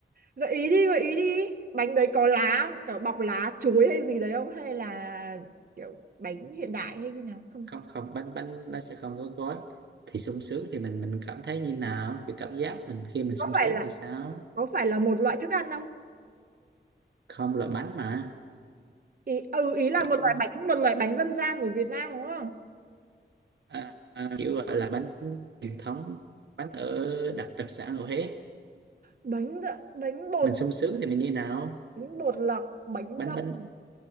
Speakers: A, on the right; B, on the right.
A: gợi ý đi gợi ý đi bánh đấy có lá không? kiểu bọc lá chuối hay gì đấy không hay là kiểu bánh hiện đại hay như nào không
B: không không bánh bánh nó sẽ không có gói thì sung sướng thì mình mình cảm thấy như nào cái cảm giác mình khi mình
A: có
B: sung
A: phải
B: sướng
A: là
B: thì sao
A: có phải là một loại thức ăn không
B: không là bánh mà
A: ý ừ, ý là
B: kiểu
A: một loại bánh một loại bánh dân gian của Việt Nam đúng không
B: à, à, kiểu gọi là bánh truyền thống bánh ở đặc đặc sản ở Huế
A: bánh đ- bánh bột
B: mình sung sướng thì mình như nào
A: bánh bột lọc bánh
B: bánh
A: nậm
B: bánh